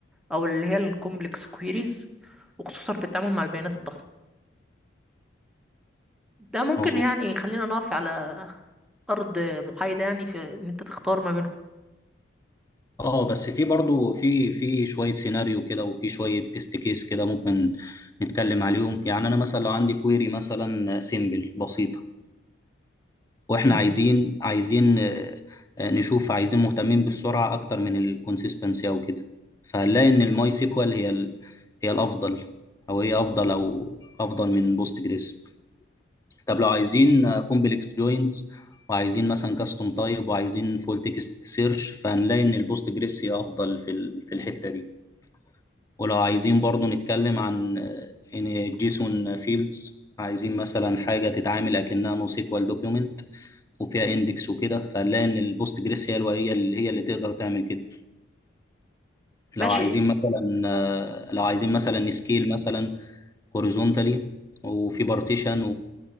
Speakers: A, in the centre; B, on the left.
A: او اللي هي الكومبلكس كويريز وخصوصا في التعامل مع البيانات الضخمة ده ممكن
B: مظبوط
A: يعني يخلينا نقف على ارض محايدة يعني في ان انت تختار ما بينهم
B: اه بس في برضه في في شويه سيناريو كده وفي شويه تيست كيس كده ممكن نتكلم عليهم يعني انا مثلا لو عندي كويري مثلا سيمبل بسيطه واحنا
A: مم.
B: عايزين عايزين آه، آه، نشوف عايزين مهتمين بالسرعه اكتر من الكونسيستنسي او كده فهنلاقي ان الماي سيكوال هي ال- هي الافضل او هي افضل او افضل من بوست جريس طب لو عايزين كومبلكس جوينز وعايزين مثلا كاستم تايب وعايزين فول تكست سيرش فهنلاقي ان البوست جريس هي افضل في ال- في الحته دي ولو عايزين برضو نتكلم عن آه، ان جيسون فيلدز عايزين مثلا حاجه تتعامل اكنها نو سيكوال دوكيومنت وفيها اندكس وكده فهنلاقي ان البوست جريس هي الو- هي اللي هي اللي تقدر تعمل كده لو
A: ماشي
B: عايزين مثلا آه، لو عايزين مثلا سكيل مثلا هوريزونتالي وفي بارتيشن